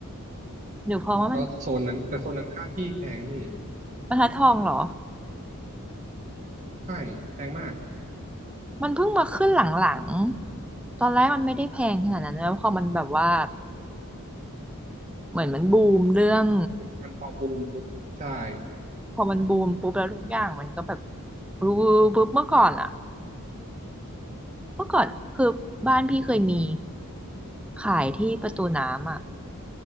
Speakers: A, in the centre; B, on the right.
A: หรือเพราะว่ามัน
B: แล้วโซนนั้นแต่โซนนั้นค่าที่แพงนี่
A: บรรทัดทองเหรอ
B: ใช่แพงมาก
A: มันเพิ่งมาขึ้นหลังๆตอนแรกมันไม่ได้แพงขนาดนั้นแล้วพอมันแบบว่าเหมือนมันบูมเรื่อง
B: มันมันพอบูมปุ๊บใช่
A: พอมันบูมปุ๊บแล้วทุกอย่างมันก็แบบปุ๊บปุ๊บเมื่อก่อนอะเมื่อก่อนคือบ้านพี่เคยมีขายที่ประตูน้ำอะ